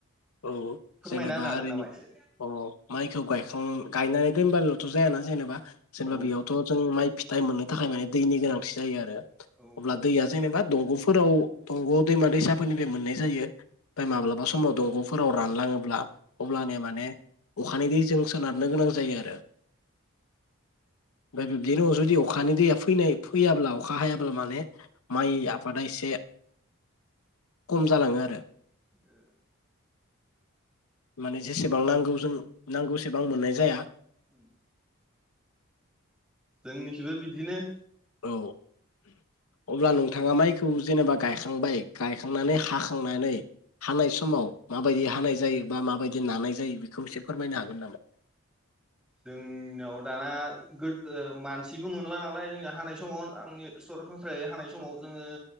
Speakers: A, on the left; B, in the centre.
A: औ
B: फोरमायना
A: जेनेबा
B: होनो हागोन
A: ओरै
B: नामा एसे
A: अ माइखौ गायखां गायनानय दोनबानोथ' जाया ना जेनोबा
B: औ
A: जेनबा बेयावथ' जों माइ फिथ टाइम मोननो थाखाय माने दैनि गोनांथि जायो आरो
B: औ
A: अब्ला दैैया जेनेबा दंग'फोराव दंग' दैमा दैसाफोरनि बे मोननाय जायो ओमफाय माब्लाबा समाव दंग' फोराव रानलाङोब्ला अब्लानिया माने अखानि दैजों सोनारनो गोनां जायो आरो ओमफ्राय बिब्दिनो जुदि अखानि दैया फैनाय फैयाब्ला अखा हायाब्ला माने माइ आफादा एसे खम जालाङो आरो
B: ओ
A: माने जेसेबां नांगौ जों नांगौसेबां मोननाय जाया
B: उम जोंनिखिबो बिदिनो
A: औ अब्ला नों थाङा माइखौ जेनेबा गायखांबाय गायखांनानै हाखांनानै हानाय समाव माबायदि हानाय जायो बा माबायदि नानाय जायो बेखौ एसे फोरमायनो हागोन नामा?
B: जोंनाव दाना गो ओ मानसिबो मोनला नालाय जोंना हानाय समाव आंनि सरासनस्रायै हानाय समाव जोङो